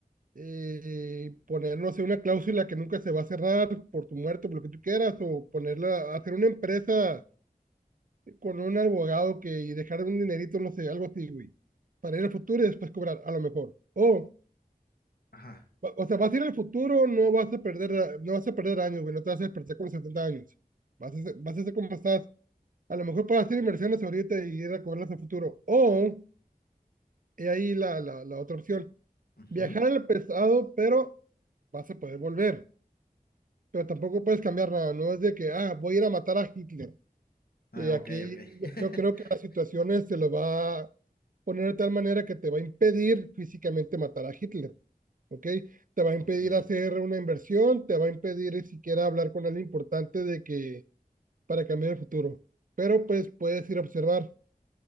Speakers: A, on the right (about 60°); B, on the left (about 85°).
A: eh, poner, no sé, una cláusula que nunca se va a cerrar por tu muerte, por lo que tú quieras, o ponerla, hacer una empresa con un abogado que, y dejar un dinerito, no sé, algo así, güey, para ir al futuro y después cobrar, a lo mejor. O,
B: Ajá.
A: o sea, vas a ir al futuro, no vas a perder, no vas a perder años, güey, no te vas a despertar con 70 años. Vas a, ser- vas a ser como estás. A lo mejor puedes hacer inversiones ahorita y ir a cobrarlas al futuro. O, he ahí la, la, la otra opción,
B: ujú.
A: viajar al pasado, pero vas a poder volver. pero tampoco puedes cambiar nada, no es de que, ah, voy a ir a matar a Hitler.
B: Ah,
A: Y aquí
B: ok, ok. <laughs>
A: yo yo creo que las situaciones se lo va a poner de tal manera que te va a impedir físicamente matar a Hitler, ¿ok? Te va a
B: Ok.
A: impedir hacer una inversión, te va a impedir siquiera hablar con alguien importante de que para cambiar el futuro. Pero pues puedes ir a observar.